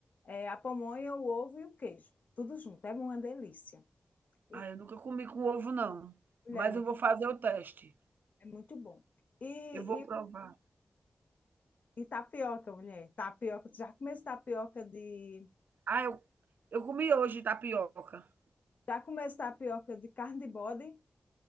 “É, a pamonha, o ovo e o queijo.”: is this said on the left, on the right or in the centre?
Left